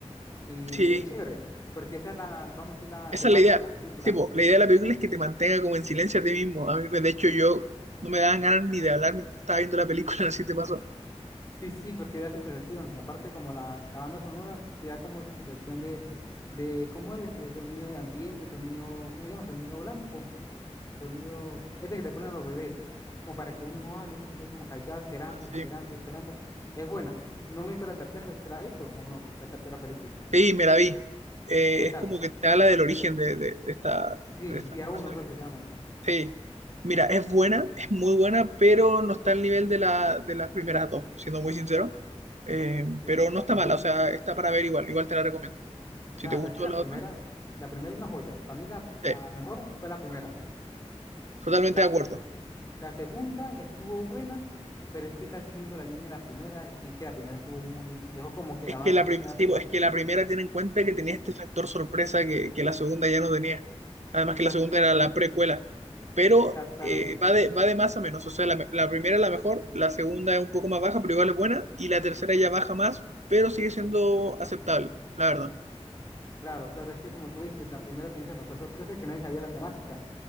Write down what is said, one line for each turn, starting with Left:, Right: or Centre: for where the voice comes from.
Left: Y
Right: Sí,
Left: es chévere, porque esa es la, vamos a decir, la
Right: Esa
Left: temática
Right: es la idea.
Left: de la película.
Right: Sí, po, la idea de la película es que te mantenga como en silencio a ti mismo. A mí, me- de hecho, yo no me daban ganas ni de hablar mientras estaba viendo la película, <laughs> no sé si te pasó.
Left: Sí, sí, porque da esa sensación. Aparte, como la, la banda sonora, te da como esa sensación de, de, ¿cómo es? De sonido de ambiente, sonido, ¿cómo se llama? Sonido blanco, sonido, ese que le ponen a los bebés, como para que uno no hable, uno se quede como callado, esperando
Right: Ah,
Left: y
Right: Sí,
Left: esperando y esperando. Es buena. No me he visto la tercera, ¿se la ha visto o no? La tercera película.
Right: Sí, me la vi. Eh,
Left: ¿Qué tal?
Right: es como que te habla del origen de, de- de esta,
Left: Sí,
Right: de esta
Left: día
Right: fuerza
Left: uno creo
Right: alienígena.
Left: que se llama.
Right: Sí, mira, es buena, es muy buena, pero no está al nivel de, la, de las primeras dos, siendo muy sincero. Eh,
Left: Eh,
Right: pero no está
Left: Es
Right: mala,
Left: que
Right: o sea, está para ver igual, igual te la recomiendo.
Left: Claro,
Right: Si te gustó
Left: es que la
Right: la
Left: primera,
Right: otra,
Left: la primera es una joya. Para mí la, la
Right: sí,
Left: mejor fue la primera.
Right: totalmente
Left: La,
Right: de
Left: segu-
Right: acuerdo.
Left: la segunda estuvo buena, pero es que está siguiendo la línea de la primera y que la primera estuvo muy, dejó como que
Right: Es
Left: la barra
Right: que la,
Left: muy
Right: prim-
Left: arriba.
Right: sí, pues, es que la primera tiene en cuenta que tenía este factor sorpresa que, que la segunda ya no tenía. Además
Left: Exactamente,
Right: que la segunda era la precuela. Pero
Left: exactamente.
Right: eh, va de, va de más a menos. O sea, la, la primera es la mejor, la segunda es un poco más baja, pero igual es buena. Y la tercera ya baja más, pero sigue siendo aceptable, la verdad.
Left: Claro, claro, es que como tú dices, la primera tiene ese factor sorpresa que nadie sabía la temática.